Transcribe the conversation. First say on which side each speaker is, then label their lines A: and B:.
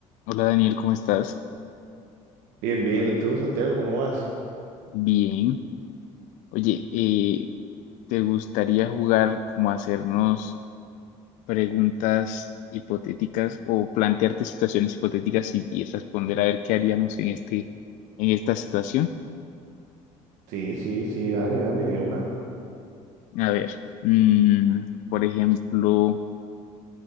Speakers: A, on the left (about 75°); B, on the right (about 80°).
A: Hola Daniel, ¿cómo estás?
B: Bien, bien. ¿Y tú, Santiago, cómo vas?
A: Bien. Oye, eh, ¿te gustaría jugar como a hacernos preguntas hipotéticas o plantearte situaciones hipotéticas y, y responder a ver qué haríamos en este, en esta situación?
B: Sí, sí, sí, dale, dale, de una.
A: A ver, mm, por ejemplo,